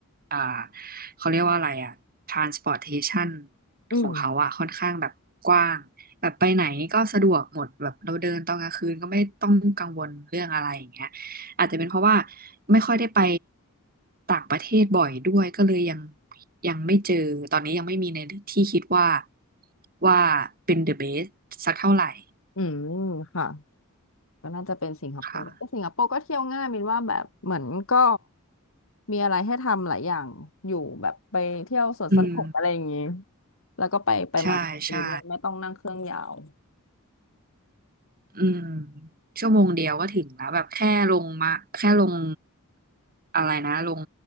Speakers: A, on the right; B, on the left.
A: อ่าเขาเรียกว่าอะไรอะ transportation
B: อืม
A: ของเขาอะค่อนข้างแบบกว้างแบบไปไหนก็สะดวกหมดแบบเราเดินตอนกลางคืนก็ไม่ต้องกังวลเรื่องอะไรอย่างเงี้ย อาจจะเป็นเพราะว่าไม่ค่อยได้ไปต่างประเทศบ่อยด้วยก็เลยยังยังไม่เจอตอนนี้ยังไม่มีในที่คิดว่าว่าเป็น the best สักเท่าไหร่
B: อืมค่ะก็น่าจะเป็นสิงคโปร์แต่สิงคโปร์ก็เที่ยวง่ายมินว่าแบบเหมือนก็
A: ค่ะ
B: มีอะไรให้ทำหลายอย่าง อยู่แบบไปเที่ยวสวนสนุกอะไรอย่างงี้
A: อืม
B: แล้วก็ไปไปมาอยู่ด้วยไม่ต้องนั่งเครื่องยาว
A: ใช่ใช่อืมชั่วโมงเดียวก็ถึงแล้วแบบแค่ลงมาแค่ลงอะไรนะลง